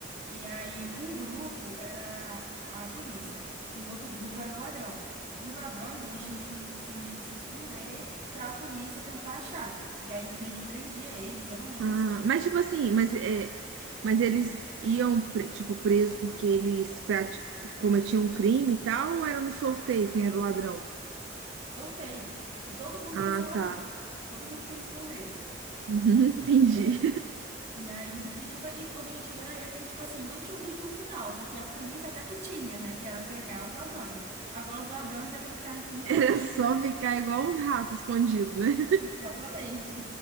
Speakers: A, on the right; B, on the right.
A: E aí, um grupo era a polícia e o outro grupo era o ladrão. Os ladrões, eles tinham que se, meio que se esconder para a polícia tentar achar. E aí, meio que prendia eles. Eu não lembro
B: Ah,
A: se eles
B: mas tipo assim, mas, é, mas eles iam, pre- tipo, preso porque eles prati- cometiam um crime e tal, ou era no sorteio quem era o ladrão?
A: Sorteio. E todo mundo
B: Ah,
A: queria ser ladrão.
B: tá.
A: Todo mundo queria esconder,
B: Uhum, <laughs>
A: entendeu?
B: entendi.
A: E aí o objetivo, é, e o objetivo era esse, mas tipo assim, não tinha um objetivo final, porque a polícia até que tinha, né? Que era pegar os ladrões. Agora os ladrões era ficar infinitamente,
B: Era só ficar igual um rato escondido, né?
A: exatamente.